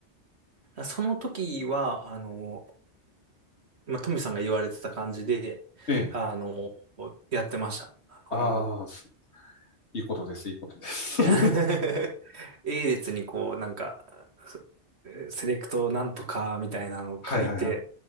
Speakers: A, on the right (about 65°); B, on the left (about 70°).
A: その時は、あの、まあ、トミさんが言われてた感じで、
B: ええ。
A: あの、やってました。あの、
B: ああ、すいいことです、いいことです。
A: <laughs> A
B: <laughs>
A: 列にこう、なんか、セセレクトなんとかみたいなのを書いて、
B: はいはいはい。